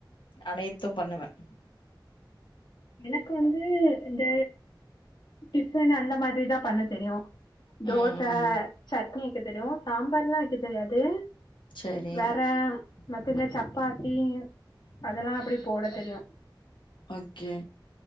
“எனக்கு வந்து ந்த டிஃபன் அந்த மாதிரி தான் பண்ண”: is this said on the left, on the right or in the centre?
Left